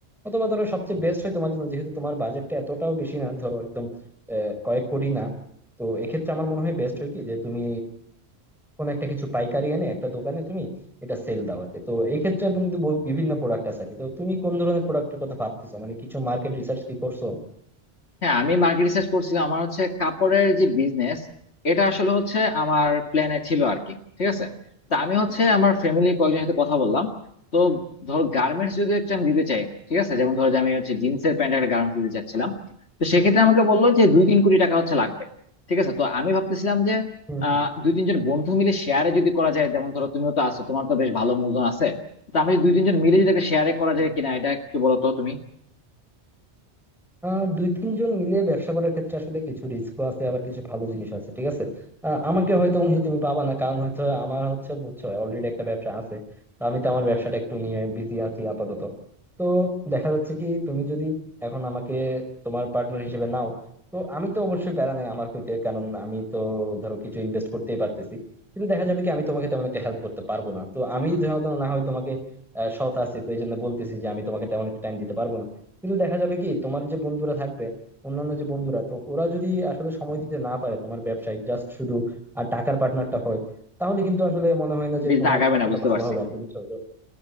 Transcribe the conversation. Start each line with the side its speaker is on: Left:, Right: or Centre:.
Centre: অথবা ধরো সবচেয়ে বেস্ট হয় তোমার জন্য যেহেতু তোমার বাজেটটা এতটাও বেশি না ধরো একদম আহ, কয়েক কোটি না তো এক্ষেত্রে আমার মনে হয় বেস্ট হয় কি যে তুমি কোন একটা কিছু পাইকারি এনে একটা দোকানে তুমি এটা সেল দাও আর কি। তো এক্ষেত্রে কিন্তু ব- বিভিন্ন প্রোডাক্ট আছে আর কি। তো তুমি কোন ধরনের প্রোডাক্টের কথা ভাবতেছো মানে কিছু মার্কেট রিসার্চ কি করছো
Left: হ্যাঁ আমি মার্কেট রিসার্চ করছিলাম আমার হচ্ছে কাপড়ের যে বিজনেস এটা আসলে হচ্ছে আমার প্ল্যানে ছিল আর কি ঠিক আছে তা আমি হচ্ছে আমার ফ্যামিলি কয়েকজনের সাথে কথা বললাম তো ধরো গার্মেন্টস যদি একটা আমি দিতে চাই ঠিক আছে যেমন ধরো যে আমি হচ্ছে জিন্সের প্যান্ট একটা গার্মেন্টস দিতে চাচ্ছিলাম তো সেক্ষেত্রে আমাকে বললো যে দুই তিন কোটি টাকা হচ্ছে লাগবে ঠিক আছে তো আমি ভাবতেছিলাম যে
Centre: হুম
Left: আহ
Centre: হুম
Left: দুই তিনজন বন্ধু মিলে শেয়ারে যদি করা যায় যেমন ধরো তুমিও তো আছো তোমার তো বেশ ভালো মূলধন আছে তো আমি যদি দুই তিনজন মিলে যদি একটা শেয়ারে করা যায় কিনা এটা একটু বলো তো তুমি
Centre: আহ দুই তিনজন মিলে ব্যবসা করার ক্ষেত্রে আসলে কিছু রিস্ক আছে আবার কিছু ভালো জিনিস আছে ঠিক আছে আহ, আমাকে হয়তো বন্ধু তুমি পাবা না কারণ হচ্ছে আমার হচ্ছে বুঝছো অলরেডি একটা ব্যবসা আছে তো আমি তো আমার ব্যবসাটা একটু নিয়ে বিজি আছি আপাতত তো দেখা যাচ্ছে কি তুমি যদি এখন আমাকে তোমার পার্টনার হিসেবে নাও তো আমি তো অবশ্যই প্যারা নাই আমার হইতে কারণ আমি তো ধরো কিছু ইনভেস্ট করতেই পারতেছি কিন্তু দেখা যাবে কি আমি তোমাকে তেমন একটা হেল্প করতে পারবো না তো আমি ধরো না হয় তোমাকে আহ, সৎ আছি তো এই জন্য বলতেছি যে আমি তোমাকে তেমন একটা টাইম দিতে পারবো না কিন্তু দেখা যাবে কি তোমার যে বন্ধুরা থাকবে অন্যান্য যে বন্ধুরা তো ওরা যদি আসলে সময় দিতে না পারে তোমার ব্যবসায় জাস্ট শুধু আর টাকার পার্টনারটা হয় তাহলে কিন্তু আসলে মনে হয় না যে
Left: বেশ
Centre: তোমার
Left: দিন আগাবে
Centre: এতটা
Left: না বুঝতে
Centre: ভালো
Left: পারছি
Centre: হবে আর কি বুঝছো তো